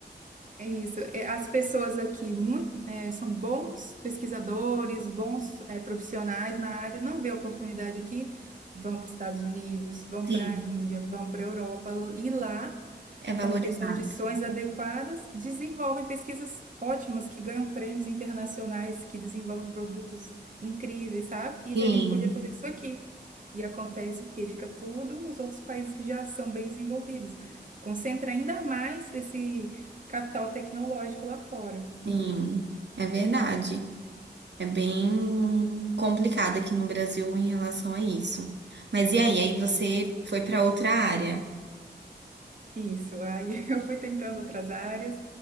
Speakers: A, on the right; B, on the right.
A: É isso. É, As pessoas aqui muito, é, são bons pesquisadores, bons, é, profissionais na área, não vê oportunidade aqui, vão para os Estados Unidos, vão
B: sim,
A: para a Índia, vão para a Europa, e lá
B: é valorizado.
A: como têm condições adequadas, desenvolvem pesquisas ótimas que ganham prêmios internacionais, que desenvolvem produtos incríveis, sabe? E
B: Sim,
A: a gente podia fazer isso aqui. E acontece o quê? Fica tudo nos outros países que já são bem desenvolvidos. Concentra ainda mais esse capital tecnológico lá fora.
B: sim, é verdade. É bem complicado aqui no Brasil em relação a isso. Mas e aí? Aí você foi para outra área?
A: Isso. Aí <laughs> eu fui tentando outras áreas,